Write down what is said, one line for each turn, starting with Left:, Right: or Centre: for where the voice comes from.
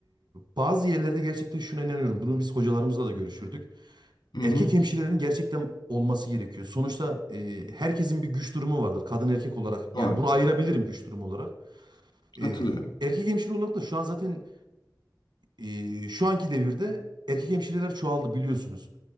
Right: bazı yerlerde gerçekten şuna inanıyorum. Bunu biz hocalarımızla da görüşürdük.
Left: Hı
Right: Erkek
Left: hı.
Right: hemşirelerin gerçekten olması gerekiyor. Sonuçta e, herkesin bir güç durumu vardır kadın erkek olarak. Yani
Left: Doğru.
Right: bunu ayırabilirim güç durumu olarak. E,
Left: Katılıyorum.
Right: erkek hemşire olarak da şu an zaten e, şu anki devirde erkek hemşireler çoğaldı biliyorsunuz.